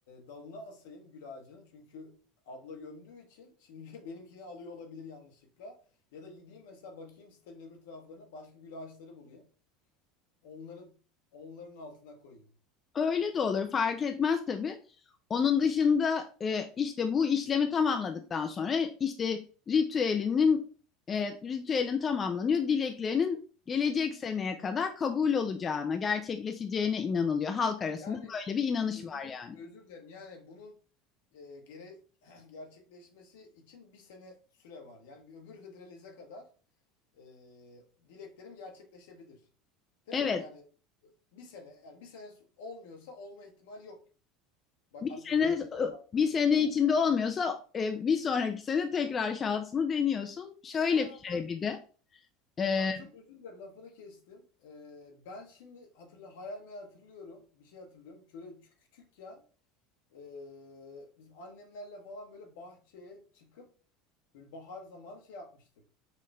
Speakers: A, on the left (about 75°); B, on the left (about 30°).
A: dalına asayım gül ağacının. Çünkü abla gömdüğü için şimdi <laughs> benimkini alıyor olabilir yanlışlıkla. Ya da gideyim mesela bakayım sitenin öbür taraflarına başka gül ağaçları bulayım. Onların onların altına koyayım.
B: öyle de olur fark etmez tabii. Onun dışında e, işte bu işlemi tamamladıktan sonra işte ritüelinin e, ritüelin tamamlanıyor. Dileklerinin gelecek seneye kadar kabul olacağına, gerçekleşeceğine inanılıyor. Halk arasında
A: Yani
B: böyle bir inanış
A: özür
B: var yani.
A: özür dilerim. Yani bunun e, gere <clears throat> gerçekleşmesi için bir sene süre var. Yani bir öbür hıdrelleze kadar e, dileklerim gerçekleşebilir. Değil
B: Evet,
A: mi? Yani bir sene yani bir sene olmuyorsa olma ihtimali yok. Bak
B: Bir
A: as hıdrelleze
B: sene
A: göre baktığımız
B: bir sene
A: zaman
B: içinde
A: da.
B: olmuyorsa e, bir sonraki sene tekrar şansını deniyorsun. Şöyle
A: Aa
B: bir
A: bak
B: şey bir de. e,
A: bak çok özür dilerim lafını kestim. Ee, ben şimdi hatırla hayal meyal hatırlıyorum. Bir şey hatırlıyorum. Şöyle çü- küçükken ee, biz annemlerle falan böyle bahçeye çıkıp Böyle bahar zamanı şey yapmıştık.